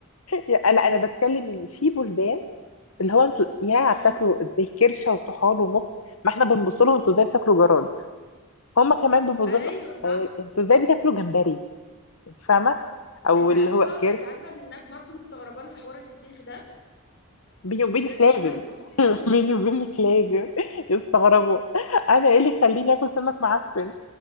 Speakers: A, on the left; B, on the left.
A: لا انا بتكلم ان في بلدان اللي هو انتوا يا
B: امم
A: بتاكلوا ازاي كرشه وطحال ومخ ما احنا بنبص لهم انتوا ازاي بتاكلوا جراد هم كمان بيبصوا
B: ايوه
A: لنا
B: صح
A: آه، انتوا ازاي بتاكلوا جمبري انت فاهمه او
B: انت
A: اللي
B: عارفه
A: هو
B: انت
A: كرش
B: عارفه ان الناس برضو مستغربانه في حوار الفسيخ ده
A: بيني
B: بالذات
A: وبينك لازم
B: احنا المصريين
A: <laughs> بيني وبينك لازم يستغربوا انا ايه اللي يخليني اكل سمك معفن